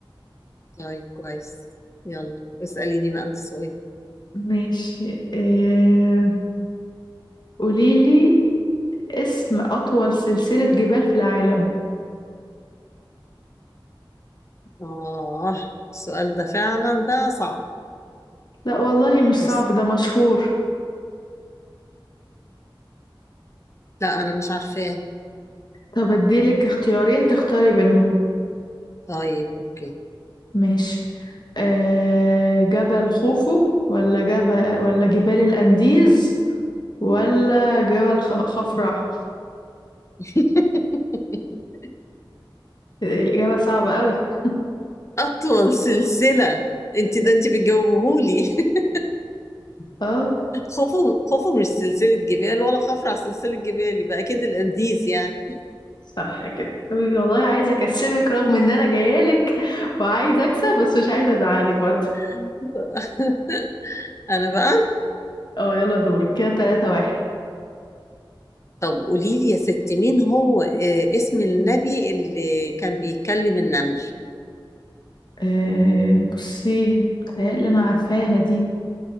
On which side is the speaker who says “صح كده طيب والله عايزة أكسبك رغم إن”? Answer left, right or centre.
Left